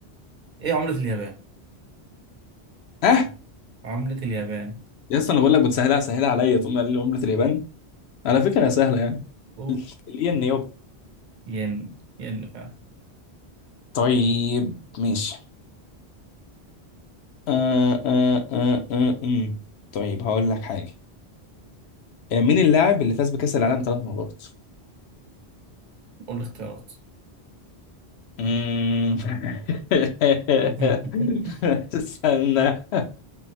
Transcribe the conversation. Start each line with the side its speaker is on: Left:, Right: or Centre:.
Right: ايه عملة اليابان
Left: اه
Right: عملة اليابان
Left: يا اسطى انا بقول لك بتسهلها سهلها عليا تقوم قايل لي عملة اليابان على فكرة هي سهلة يعني
Right: قول
Left: الين يابا
Right: ين ين فعلا
Left: طيب ماشي آه آه آه آه آه. طيب هقول لك حاجة آه، مين اللاعب اللي فاز بكأس العالم ثلاث مرات؟
Right: قول الاختيارات
Left: مم. <laughs>
Right: <laughs>
Left: استنى